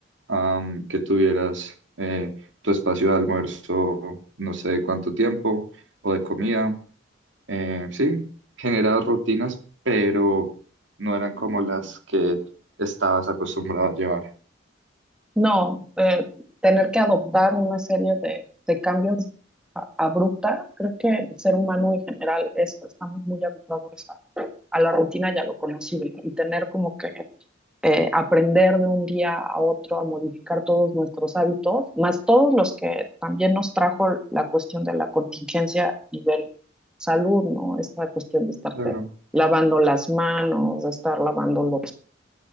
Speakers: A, on the right; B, in the centre.
A: am, que tuvieras eh, tu espacio de almuerzo, no sé cuánto tiempo, o de comida eh, sí, generaba rutinas, pero no eran como las que estabas acostumbrado a llevar.
B: No, eh, tener que adoptar una serie de, de cambios a- abrupta, creo que el ser humano en general es, estamos muy habituados a, a la rutina y a lo conocido y tener como que eh, aprender de un día a otro a modificar todos nuestros hábitos, más todos los que también nos trajo la cuestión de la contingencia a nivel salud, ¿no? Esta cuestión de estarte
A: Claro,
B: lavando las manos, de estar lavando los,